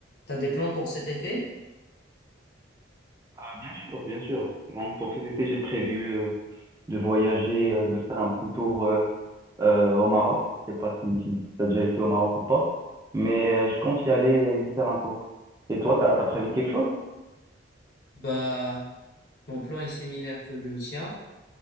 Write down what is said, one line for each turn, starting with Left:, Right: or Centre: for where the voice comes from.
Left: T'as des plans pour cet été?
Right: Ah, bien sûr, bien sûr. Donc, pour cet été, j'ai prévu euh, de voyager, euh, de faire un petit tour euh, euh, au Maroc. Je sais pas si, si tu as déjà été au Maroc ou pas, mais euh, je compte y aller euh, y faire un tour. Et toi, t'as t'as prévu quelque chose?
Left: Bah, mon plan est similaire que le tien.